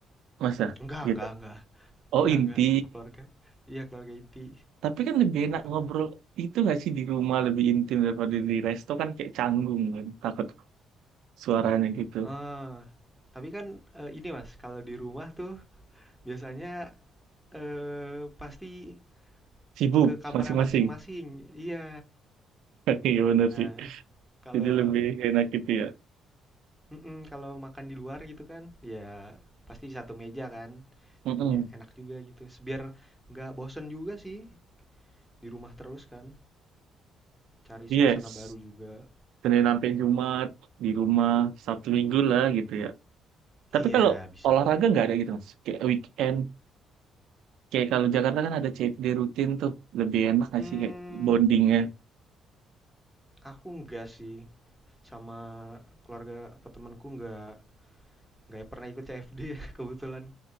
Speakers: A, on the right; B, in the centre.
A: masa?
B: Enggak,
A: Gitu.
B: enggak, enggak.
A: Oh,
B: Enggak,
A: inti.
B: enggak. Keluarga. Iya, keluarga inti.
A: Tapi kan lebih enak
B: Kela-
A: ngobrol itu nggak sih di rumah lebih intim daripada di resto kan kayak canggung kan. Takut suaranya gitu.
B: Ah, tapi kan eh, ini Mas, kalau di rumah tuh biasanya eh, pasti
A: Sibuk
B: Ke kamarnya
A: masing-masing.
B: masing-masing, iya.
A: <laughs> Iya bener
B: Nah,
A: sih.
B: kalau
A: Jadi lebih enak gitu ya.
B: mhm, kalau makan di luar gitu kan, ya pasti satu meja kan,
A: Mm-mm.
B: jadinya enak juga gitu, biar nggak bosen juga sih di rumah terus kan, cari
A: Yes.
B: suasana baru juga.
A: Senin sampai Jumat di rumah Sabtu Minggu lah gitu ya. Tapi
B: Iya,
A: kalau
B: bisa
A: olahraga
B: bisa.
A: nggak ada gitu mas. Kayak weekend, kayak kalau Jakarta kan ada CFD rutin tuh, lebih enak nggak
B: Hmm,
A: sih kayak bondingnya?
B: aku enggak sih, sama keluarga atau temanku enggak enggak pernah ikut CFD ya <laughs> kebetulan,